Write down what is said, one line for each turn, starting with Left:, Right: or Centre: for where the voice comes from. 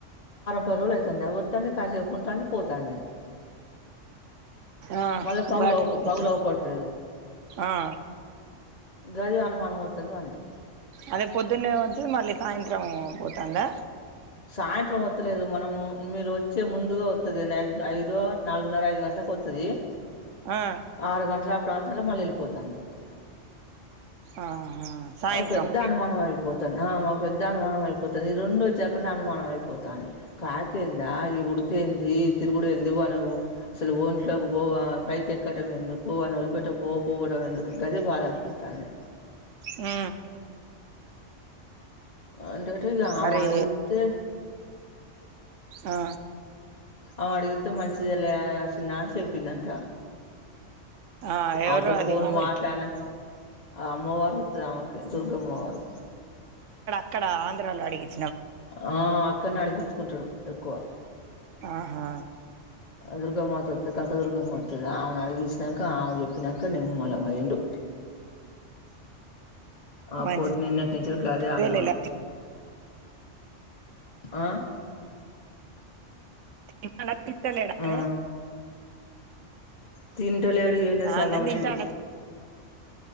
Left: పరువులయతాంది వత్తాది కాసేపు ఉంటుంది పోతంది.
Right: ఆ
Left: మళ్ళా పగులు
Right: బాట్
Left: అవు పగులు
Right: ఎత్త
Left: అవుపడుతు లేదు.
Right: ఆ
Left: గదే అనుమానం అవుతది మనకి
Right: అదే పొద్దున్నే వచ్చి మళ్ళీ సాయంత్రం పోతందా.
Left: సాయంత్రం వత్తలేదు మనము మీరు వచ్చే ముందుగా వత్తది, ఐదు ఐదో నాలుగున్నర ఐదు గంటలకు వొత్తది. దే
Right: ఆ
Left: ఆరు గంటల ఆ ప్రాంతంలో మళ్ళీ వెళ్ళిపోతంది అది.
Right: ఆహా సాయంత్రం
Left: అవ్ పెద్ద అనుమానం అయిపోతంది ఆ మాకు పెద్ద అనుమానం అయిపోతది ఈ రెండు జ అక్కన్నే అనుమానం అయిపోతంది కాకియెంద ఈ ఉడితేంది తిరుగుడుయేంది వానవ్ అసలు. ఒంట్లోకి పో పైకి ఎక్కడం ఎందుకు వాని వలిపెట్ట పో పోవడం ఎందుకు గదే బాధ అనిపితంది.
Right: ఆ
Left: ఆల్రెడీ ఇగ ఆమే
Right: మరి
Left: అడిగితే
Right: ఆ
Left: ఆమె అడగితే మంచిగా లే చిన్న అని చెప్పిందంట.
Right: ఆ ఎవరు
Left: అవతల
Right: అది
Left: పోన్
Right: మమ్మీ
Left: మాట్లాన్న ఆ అమ్మవారు వతది ఆమెకి దుర్గ అమ్మవారు
Right: ఇక్కడ ఆంధ్రాలో అడిగిత్
Left: ఆ అక్కన్నే అడిగించుకుంటాడు ఎక్కువ
Right: ఆహా
Left: దుర్గమ్మతుంది కనక దుర్గమ్మతది ఆమెను అడిగించినాక ఆమె చెప్పాక నిమ్మలమయిండు.
Right: <inaudible>
Left: ఆ
Right: మంచిదే
Left: పొద్దు నిన్న నుంచి గాదే అనుమానం
Right: లే
Left: ఆ
Right: ఈ పండక్కి ఇత్తలేడనే
Left: ఆ తింటలేడు ఇన్నే సగం
Right: అన్నం తింటాడు
Left: అయిండు